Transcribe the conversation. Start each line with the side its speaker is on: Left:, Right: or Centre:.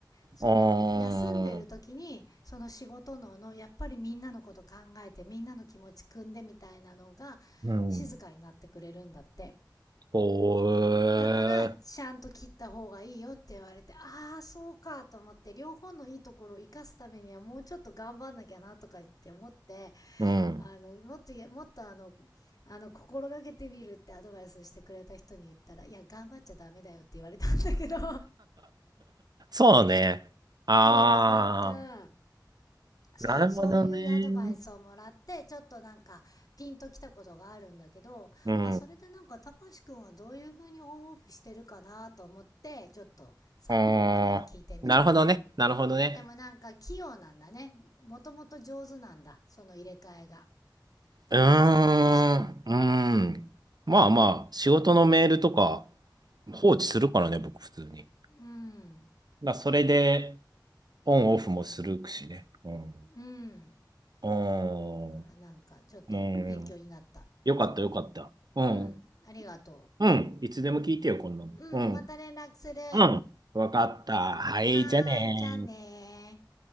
Left: その休んでる時にその仕事ののやっぱりみんなのこと考えてみんなの気持ち汲んでみたいなのが
Right: ああ、うん。
Left: 静かになってくれるんだって
Right: ほえ、
Left: だからちゃんと切った方がいいよって言われてああそうかと思って両方のいいところを生かすためにはもうちょっと頑張んなきゃなとか言って思って
Right: うん。
Left: あのもっともっとあのあの心がけてみるってアドバイスしてくれた人に言ったらいや頑張っちゃダメだよって言われたんだけど <laughs>
Right: そうね。ああ、
Left: そうなんかそう、
Right: なるほどね。
Left: そういうアドバイスをもらって、ちょっとなんか、ピンときたことがあるんだけど、
Right: うん。
Left: あ、それでなんか、たかしくんはどういう風にオンオフしてるかなと思って、ちょっと参考までに聞いてみた。
Right: あーなるほどね。なるほどね。
Left: でもなんか、器用なんだね。もともと上手なんだ。その入れ替えが。っていうのが分かりました。
Right: うーん、うーん。まあまあ、仕事のメールとか
Left: うん。
Right: 放置するからね、僕普通に。
Left: うん。
Right: だからそれでオンオフもするしね。うん。
Left: うん。
Right: うん。
Left: だからなんか、ちょっと勉強になった。
Right: うん。よかったよかった。うん。
Left: うん。ありがと
Right: うん。いつでも聞いてよ、こんなの。
Left: う。うん。
Right: うん。
Left: また連絡する。
Right: うん。わかった。はい、
Left: はーい。
Right: じゃあねー。
Left: じゃあねー。